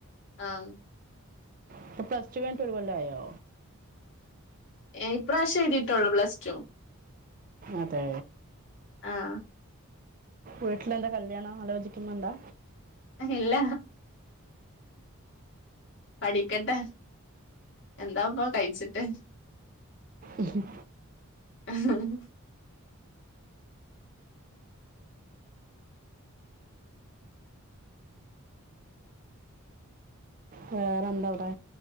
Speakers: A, on the left (about 55°); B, on the right (about 40°).
A: ആഹ്
B: ഇപ്പ പ്ലസ്റ്റൂ കയ്ഞ്ട്ട് ഒരു കൊല്ലായോ?
A: ഇപ്പ്രാവശ്യം എഴുതിട്ടോള്ളൂ പ്ലസ് റ്റൂ
B: അതെ
A: ആഹ്
B: വീട്ടിലെന്താ കല്യാണം ആലോചിക്കുന്നുണ്ടാ
A: ഇല്ല പഠിക്കട്ടെ. എന്താ ഇപ്പോ കഴിച്ചിട്ട്?
B: ഉഹും
A: ഉഹും
B: വേറെന്താ വിടെ